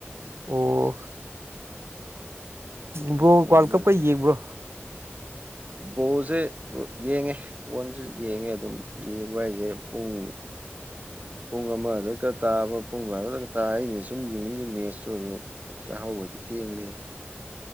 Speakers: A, on the right (about 75°); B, on the right (about 35°).
A: ꯑꯣ ꯕ꯭ꯔꯣ
B: ꯑꯩꯅ
A: ꯋꯥꯔꯜ
B: ꯃꯣꯏ
A: ꯀꯞꯀ ꯌꯦꯡꯕ꯭ꯔꯣ
B: ꯕꯣꯜꯁꯦ ꯌꯦꯡꯉꯦ ꯕꯣꯟꯁꯨ ꯌꯦꯡꯉꯦ ꯑꯗꯨꯝ ꯌꯦꯡꯕ ꯍꯥꯏꯁꯦ ꯄꯨꯡ ꯄꯨꯡ ꯑꯃꯗꯀ ꯈꯔꯥ ꯇꯥꯕ ꯄꯨꯡ ꯚꯥꯔꯣꯗꯒ ꯇꯥꯏ ꯑꯩꯅ ꯁꯨꯝ ꯌꯦꯡꯅꯤꯡꯂꯤꯕ ꯃꯦꯠꯁꯇꯨ ꯑꯗꯨꯝ ꯌꯥꯍꯧꯒꯗꯤ ꯊꯦꯡꯂꯦ